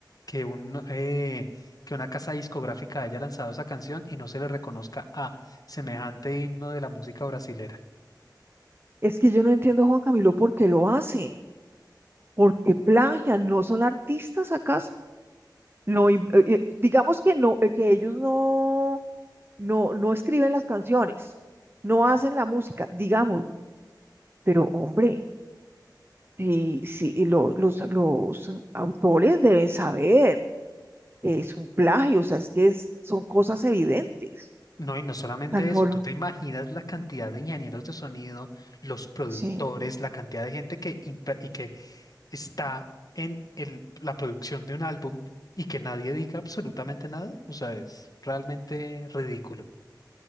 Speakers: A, on the left (about 50°); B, on the right (about 30°).
A: que, un, eh, que una casa discográfica haya lanzado esa canción y no se le reconozca a semejante himno de la música brasilera.
B: Es que yo no entiendo, Juan Camilo, por qué lo hacen, por qué plagian, ¿no son artistas acaso? No, in- eh, eh, digamos que no, eh, que ellos no, no, no escriben las canciones, no hacen la música, digamos, pero hombre, y, sí, y lo- los, los autores deben saber que es un plagio, o sea, es que es- son cosas evidentes.
A: No, y no solamente
B: Tan no
A: eso, tú te imaginas la cantidad de ingenieros de sonido, los productores,
B: sí,
A: la cantidad de gente que, impa- y que está en el- la producción de un álbum y que nadie diga absolutamente nada. O sea, es realmente ridículo.